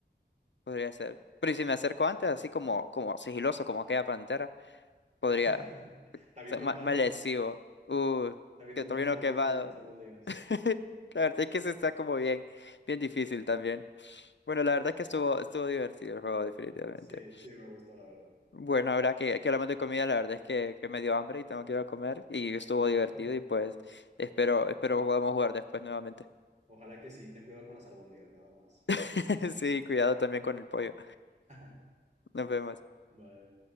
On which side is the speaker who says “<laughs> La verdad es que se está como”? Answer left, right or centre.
Left